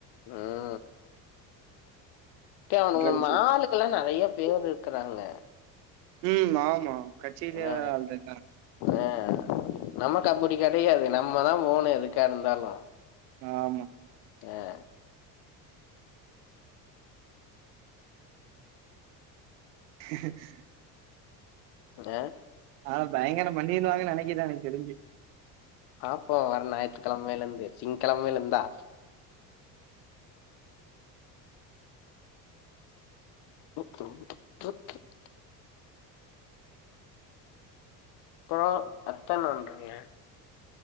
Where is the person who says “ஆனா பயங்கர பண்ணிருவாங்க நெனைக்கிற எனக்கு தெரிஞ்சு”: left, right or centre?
Right